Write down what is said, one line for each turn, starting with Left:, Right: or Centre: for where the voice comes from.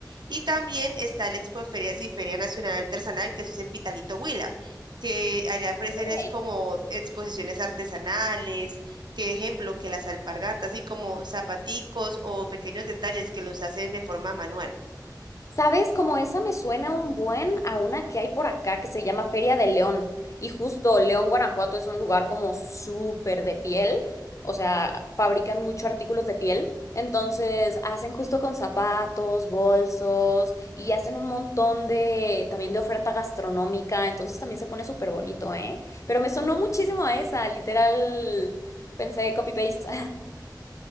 Right: Y también está el Expo Ferias y Feria Nacional Artesanal, que eso es en Pitalito, Huila que allá ofrecen
Left: Ey.
Right: es como exposiciones artesanales, que ejemplo, que las alpargatas, así como zapaticos o pequeños detalles que los hacen de forma manual.
Left: ¿Sabes? Como esa me suena un buen a una que hay por acá que se llama Feria de León. Y justo León, Guanajuato es un lugar como súper de piel. O sea, fabrican mucho artículos de piel. Entonces hacen justo con zapatos, bolsos y hacen un montón de también de oferta gastronómica. Entonces también se pone súper bonito, ¿eh? Pero me sonó muchísimo a esa, literal. Pensé copy-paste.